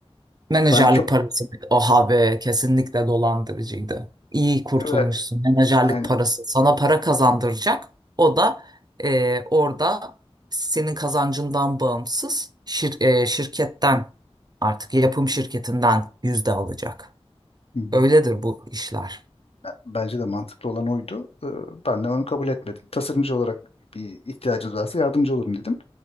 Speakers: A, on the right; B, on the left.
A: Menajerlik
B: Ben çok
A: parası. Oha be kesinlikle dolandırıcıydı. İyi kurtulmuşsun.
B: güven
A: Menajerlik
B: aynen.
A: parası sana para kazandıracak. O da e, orada senin kazancından bağımsız şir- e, şirketten artık yapım şirketinden yüzde alacak.
B: Hı hı.
A: Öyledir bu işler.
B: Bence de mantıklı olan oydu. Ee, Ben de onu kabul etmedim. Tasarımcı olarak bir ihtiyacınız varsa yardımcı olurum dedim.